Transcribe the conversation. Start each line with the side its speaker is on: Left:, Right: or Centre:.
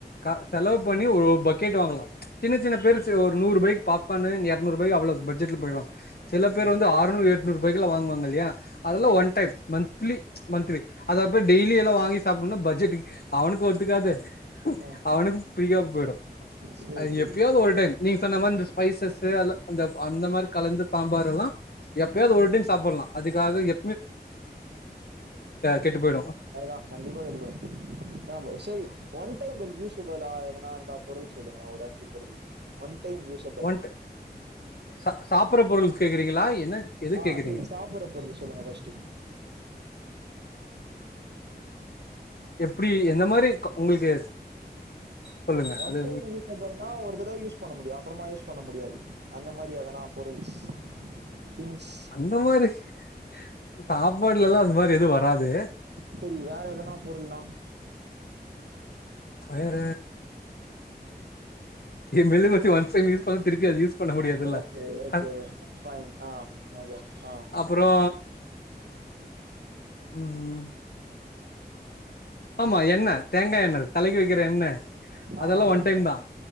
Left: க செலவு பண்ணி ஒரூபாய்க் கேட்டுவாங்களா சின்ன சின்ன பேருஸ்சு ஒரு நூரூபாய்க் பாப்பானு இங்க இரநூறுரூபாய் அவளோட பட்ஜெட்ல போயிடும். சில பேர்
Right: ம்
Left: வந்து ஆறநூ. நூரூபாய்க்கல்லா வாங்குவாங்கல்லாயா. அதெல்லாம்
Right: ஆமா
Left: ஒன்
Right: ஆமா
Left: டைம், மன்த்லி மன்த்லி அத. இப்ப டெய்லி எல்லாம் வாங்கி சாப்பிடணு பஜெட்க்கு அவனுக்கு ஒத்துக்காது.
Right: ஆ
Left: அவனுக்கும் பிரிக்காம போயிடும்
Right: சேரி
Left: அது
Right: சேரி
Left: எப்பாவது ஒரு டைம் நீங்க சொன்ன மாதிரி இந்த ஸ்பைசஸ் உ அந்த மாதிரி கலந்து. பாம்பார் எல்லாம். எப்பயாவது ஒரு டைம் சாப்பலாம். அதுக்காக எ. கெட்டு போயிடு
Right: அதுதான் கண்டிப்பா விடுபடும். சரி ஒன் டைம் யூஸ். பாலா எதனா இருந்தா பொருள் சொல்லுங்க. ஒரு அஞ்சு பொருளு ஒன். டைம் யூஸபிள்
Left: ஒன் சா சாப்பற பொருள் கேக்குறீங்களா. என்ன? எது
Right: ஆஹ்!
Left: கேக்குறீங்க
Right: சரி, சாப்பிற பொருள் சொல்லுங்க பஸ்ட்.
Left: எப்புடி? எந்த மாரி க்கு உங்களுக்கு. சொல்லுங்க
Right: ஒன்
Left: அது
Right: டைம் யூஸ்பண்ணா ஒரு தடவை யூஸ் பண்ணமுடியும். அப்றமா யூஸ். பண்ண முடியாது. அந்த மாதிரி எதனா பொருள்ஸ். திங்ஸ்
Left: அந்த மாரி சாப். சப்பாடுல எல்லாம் அந்த மாதிரி எது வராது.
Right: சரி, வேற எதனா பொருள்லாம்.
Left: வேற மெழுகுவத்தி ஒன் டைம் யூஸ் பண்ண, திருப்பியது யூஸ். பண்ண முடியாதுல்ல
Right: ஓகே ஓகே
Left: அ
Right: பைன். ஆஹ் வா ஆஹ்.
Left: அப்புறோ ம் ஆமா, எண்ண தேங்கா எண்ண தலைக்கு வைக்கிற எண்ண.
Right: ஆ
Left: அதெல்லாம் ஒன்
Right: ஓகே
Left: டைம் தான்